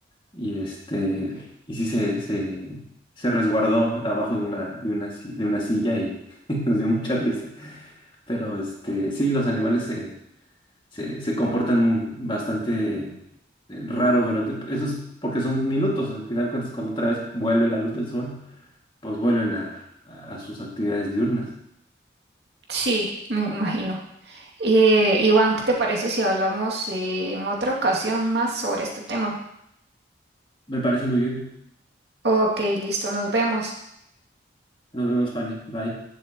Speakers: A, on the left; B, on the right.
A: y este, y sí se, se, se resguardó abajo de una, de una, si- de una silla y <laughs> nos dio mucha risa. Pero este, sí, los animales se, se, se comportan bastante eh, raro durante, eso es porque son minutos, al final de cuentas cuando otra vez vuelve la luz del sol, pues vuelven a, a a sus actividades diurnas.
B: Sí, me imagino. Eh, Iván, ¿qué te parece si hablamos eh, en otra ocasión más sobre este tema?
A: Me parece muy bien.
B: Ok, listo, nos vemos.
A: Nos vemos, Fanny. Bye.